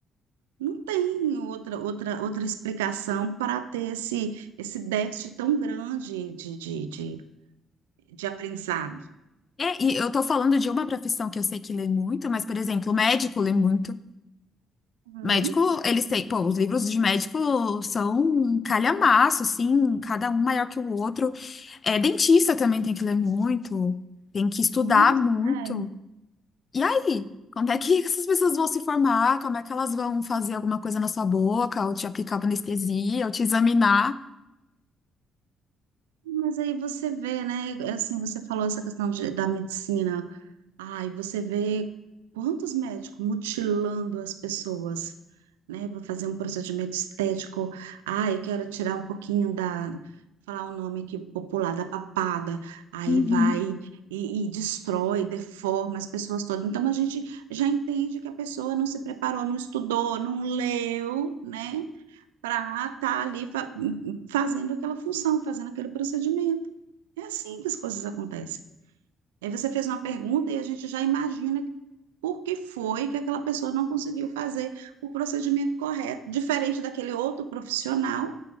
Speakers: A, on the right (about 75°); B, on the left (about 40°).
A: Não tem outra, outra, outra explicação para ter esse, esse déficit tão grande de, de, de, de aprendizado.
B: É, e eu tô falando de uma profissão que eu sei que lê muito, mas, por exemplo, o médico lê muito.
A: Hum,
B: Médico, eles têm, pô, os livros de médico são um calhamaço, assim, cada um maior que o outro. É, dentista também tem que ler muito, tem que estudar
A: muitos,
B: muito.
A: é.
B: E aí? Como é que <laughs> essas pessoas vão se formar? Como é que elas vão fazer alguma coisa na sua boca, ou te aplicar uma anestesia, ou te examinar?
A: Mas aí você vê, né? Assim, você falou essa questão de- da medicina Ai, você vê quantos médicos mutilando as pessoas, né? Vou fazer um procedimento estético. Ai, quero tirar um pouquinho da, falar o nome aqui popular, da papada. Aí
B: Uhum.
A: vai e, e destrói, deforma as pessoas todas. Então a gente já entende que a pessoa não se preparou, não estudou, não leu, né? Para estar ali fa- fazendo aquela função, fazendo aquele procedimento. É assim que as coisas acontecem. Aí você fez uma pergunta e a gente já imagina por que foi que aquela pessoa não conseguiu fazer o procedimento correto, diferente daquele outro profissional,